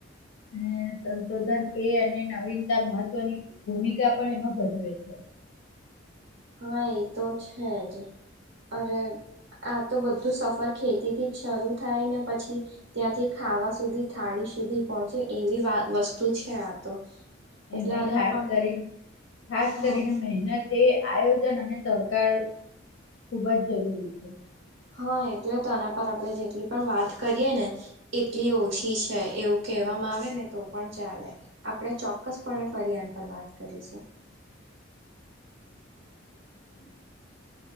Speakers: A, on the left; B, on the right.
A: એ સંશોધન એ અને નવીનતા મહત્વની ભૂમિકા પણ એમાં ભજવે છે
B: હા એ તો છે જ અરે આ તો બધું સફર ખેતીથી જ શરૂ થાય ને પછી ત્યાંથી ખાવા સુધી થાળી સુધી પહોંચે એવી વસ્તુ છે આ તો એટલે
A: એમાં
B: આના
A: ખાસ
B: પર
A: કરીને ખાસ
B: હા
A: કરીને મહેનતે આયોજન અને સહકાર ખુબ જ જરૂરી છે
B: હા એટલે તો આના પર આપણે જેટલી પણ વાત કરીયએ ને એટલી ઓછી છે એવું કહેવામાં આવે ને તો પણ ચાલે આપણે ચોક્કસપણે ફરી આન પર વાત કરીશું
A: <inaudible>